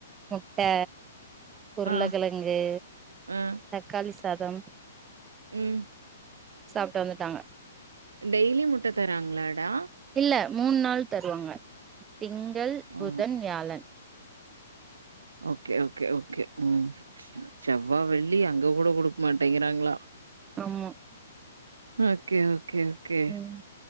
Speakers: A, on the right; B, on the right.
A: முட்ட உருளக்கெழங்கு
B: ஆ ஆ
A: தக்காளி சாதம்
B: ம்
A: சாப்ட்டு வந்துட்டாங்க
B: டெய்லி முட்ட தராங்ளாடா
A: இல்ல மூண் நாள் தருவாங்க திங்கள்
B: ஆ
A: புதன் வியாழன்
B: ஓகே ஓகே ஓகே ம் செவ்வா வெள்ளி அங்க கூட குடுக் மாட்டேங்கிறாங்களா
A: ஆமா
B: ஓகே ஓகே ஓகே
A: ம்